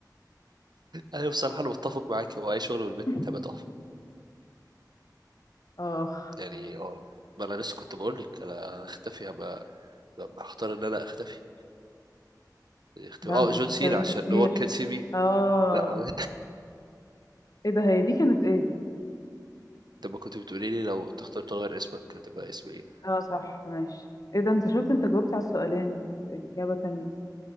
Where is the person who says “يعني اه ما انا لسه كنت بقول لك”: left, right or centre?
Right